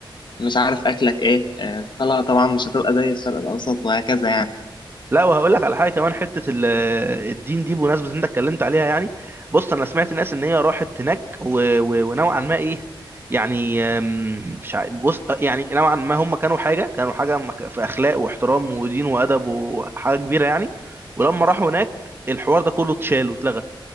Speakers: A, on the left (about 60°); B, on the right (about 25°).
A: مش عارف اكلك ايه آه، الصلاة طبعا مش هتبقى زي الشرق الاوسط وهكذا يعني
B: لا وهقول لك على حاجه كمان حته ال- آه، الدين دي بمناسبه ان انت اتكلمت عليها يعني بص انا سمعت ناس ان هي راحت هناك و... و... ونوعا ما ايه يعني أم، مش عارف بص آه، يعني نوعا ما هم كانوا حاجه كانوا حاجه مك- في اخلاق واحترام ودين وادب وحاجه كبيره يعني ولما راحوا هناك الحوار ده كله اتشال واتلغى